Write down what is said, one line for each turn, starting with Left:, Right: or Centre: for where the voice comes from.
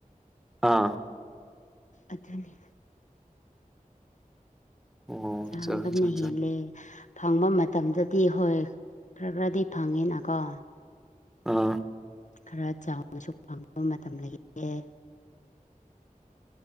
Centre: ꯑꯥ
Left: ꯑꯗꯨꯅꯤ
Centre: ꯑꯣ
Left: ꯆꯥꯡꯕꯅ
Centre: ꯑꯆꯥ ꯑꯆꯥ ꯑꯆꯥ
Left: ꯍꯦꯜꯂꯦ ꯐꯪꯕ ꯃꯇꯝꯗꯗꯤ ꯍꯣꯏ ꯈꯔ ꯈꯔꯗꯤ ꯐꯪꯉꯦꯅꯀꯣ
Centre: ꯑꯥ
Left: ꯈꯔ ꯆꯥꯎꯅꯁꯨ ꯐꯪꯕ ꯃꯇꯝ ꯂꯩꯌꯦ